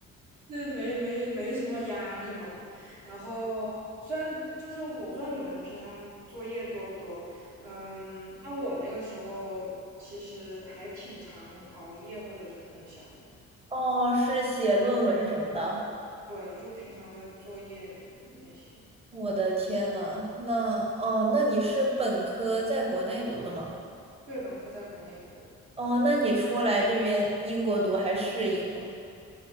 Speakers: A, on the right; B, on the right.
A: 那没没没什么压力嘛。然后，虽然就是我不知道你们平常作业多不多，嗯，但我那个时候其实还挺常熬夜或者是通宵了。
B: 哦，是写论文什么的。
A: 对，就平常的作业那些。
B: 我的天呐，那哦，那你是本科在国内读的吗？
A: 对，本科在国内读了，
B: 哦，那你出来这边英国读还适应吗？